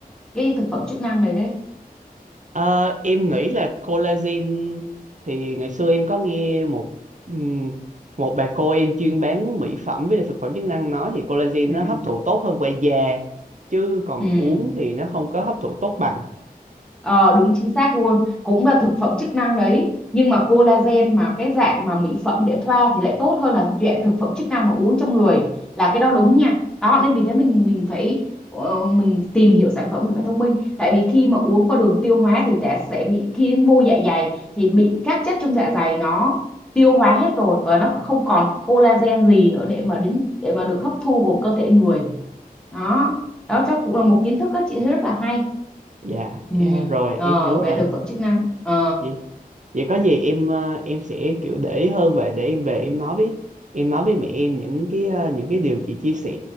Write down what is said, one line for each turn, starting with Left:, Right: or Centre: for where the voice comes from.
Centre: cái thực phẩm chức năng này đấy
Right: Ờ, em nghĩ là collagen thì ngày xưa em có nghe một ừm, một bà cô em chuyên bán mỹ phẩm với lại thực phẩm chức năng nói thì collagen
Centre: ừ
Right: nó hấp thụ tốt hơn qua da chứ còn
Centre: Ừ,
Right: uống thì nó không có hấp thụ tốt bằng.
Centre: ờ, đúng chính xác luôn cũng là thực phẩm chức năng đấy nhưng mà collagen mà cái dạng mà mỹ phẩm để thoa thì lại tốt hơn là dạng thực phẩm chức năng mà uống trong người là cái đó đúng nha đó nên vì thế mình mình phải ờ, mình tìm hiểu sản phẩm mình phải thông minh tại vì khi mà uống qua đường tiêu hóa thì ta sẽ bị khi đến vô dạ dày thì bị các chất trong dạ dày nó tiêu hóa hết rồi và nó không còn cái collagen gì nữa để mà đến để mà được hấp thu vào cơ thể người đó đó chắc cũng là một kiến thức các chị thấy rất là hay
Right: Dạ,
Centre: Ừ.
Right: e- rồi
Centre: Ờ,
Right: em hiểu
Centre: về
Right: rồi.
Centre: thực phẩm chức năng Ờ,
Right: vậy vậy có gì em ờ, em sẽ kiểu để ý hơn và để em về em nói với em nói với mẹ em những cái ờ, những cái điều chị chia sẻ